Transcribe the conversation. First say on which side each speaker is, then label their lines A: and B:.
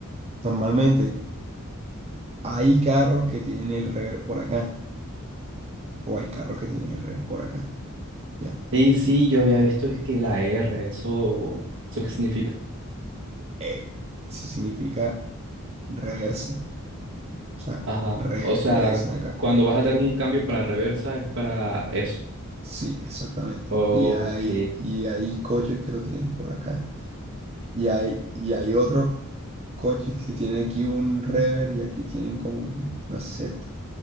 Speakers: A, on the right; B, on the right.
A: Normalmente hay carros que tienen el rever por acá o hay carros que tienen el rever por acá. Ya.
B: Y sí, yo había visto es que la R, eso, ¿eso qué significa?
A: Eh, sí significa reversa. O sea,
B: Ajá,
A: rever
B: o sea,
A: le dicen acá.
B: cuando vas a dar un cambio para reversa es para eso.
A: Sí, exactamente.
B: Ok,
A: Y hay, y hay coches que lo tienen por acá. Y hay, y hay otros coches que tienen aquí un rever y aquí tienen como un- una seta.